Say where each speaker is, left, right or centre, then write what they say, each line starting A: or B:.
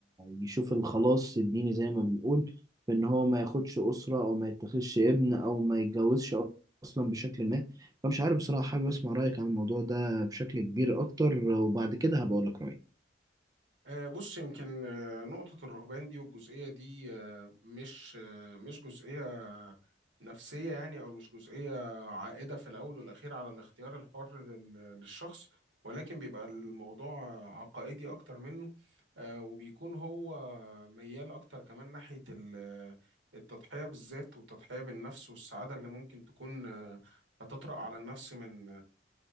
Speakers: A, on the right; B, on the right.
A: يشوف الخلاص الديني زي ما بنقول في إن هو ما ياخدش أسرة أو ما يتخذش ابن أو ما يتجوزش أصلا بشكل ما فمش عارف بصراحة حابب أسمع رأيك عن الموضوع ده بشكل كبير أكتر وبعد كده هبقول لك رأيي
B: آه، بص يمكن آه، نقطة الرهبان دي والجزئية دي آه، مش آه، مش جزئية نفسية يعني أو مش جزئية عائدة في الأول والأخير على الاختيار الحر لل- للشخص ولكن بيبقى الموضوع عقائدي أكتر منه آه، وبيكون هو ميال أكتر كمان ناحية ال- التضحية بالذات والتضحية بالنفس والسعادة اللي ممكن تكون آه، هتطرأ على النفس من